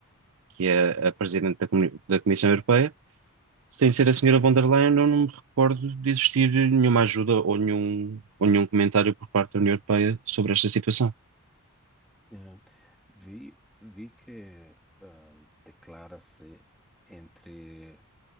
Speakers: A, on the right (about 75°); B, in the centre.
A: que
B: sim.
A: é a presidente da, Comuni- da Comissão Europeia, sem ser a senhora von der Leyen, eu não me recordo de existir nenhuma ajuda ou nenhum, ou nenhum comentário por parte da União Europeia sobre esta situação.
B: é. Vi, vi que ah, declara-se entre